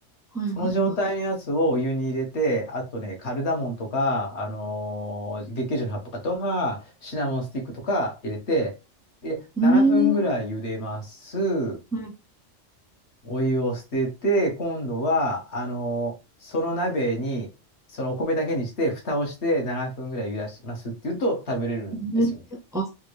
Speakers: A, in the centre; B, on the left.
A: はい、
B: その状態のやつをお湯に入れて、
A: はい、はい。
B: あとね、カルダモンとか、あのー月桂樹の葉っぱとか、シナモンスティックとか入れて、で、
A: うん、
B: 7分ぐらい茹でます。
A: うーん、はい。
B: お湯を捨てて、今度は、あの、その鍋に、そのお米だけにして、蓋をして7分ぐらい茹でしますっていうと食べれるんですよね。
A: ねあ、